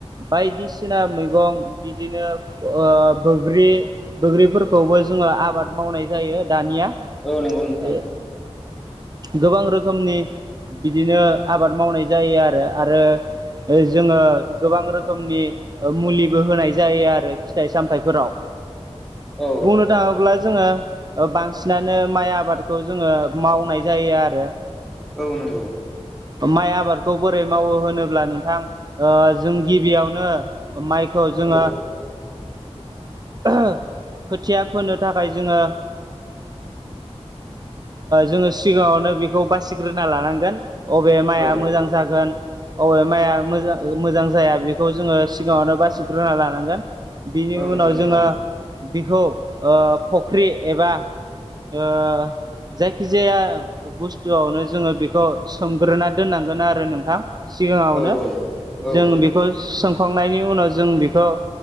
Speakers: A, on the right (about 35°); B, in the centre.
A: बायदिसिना मैगं बिदिनो ओ बोग्रि बोग्रिफोरखौबो जोंङो आबाद मावनाय जायो दानिया
B: औ नंगौ नोंथां
A: बे गोबां रोखोमनि बिदिनो आबाद मावनाय जायो आरो आरो जोंङो गोबां रोखोमनि मुलिबो होनाय जायो आरो फिथाइ सामथाइफोराव
B: औ
A: बुंनो थाङोब्ला जोंङो ओ बांसिनानो माइ आबादखौ जोंङो मावनाय जायो आरो
B: औ नंगौ
A: माइ आबादखौ बोरै मावो होनोब्ला नोंथां जों गिबियावनो माइखौ जोंङो
B: औ
A: खोथिया फोनो थाखाय जोंङो जोङो सिगांङावनो बेखौ बासिग्रोना लानांगोन अबे माइआ
B: औ
A: मोजां जागोन अ माइआ मोजां मोजां जाया बेखौ जोंङो सिगांङावनो बासिग्रोना लानांगोन बिनि
B: औ नंगौ
A: उनाव
B: नोंथां
A: जोङो बिखौ फख्रि एबा ओ जायखिजाया बुस्थुआवनो जोङो बेखौ सोमग्रोना दोननांगोन आरो नोंथां सिगाङावनो
B: औ औ
A: जों बेखौ सोमखांनायनि उनाव जों बेखौ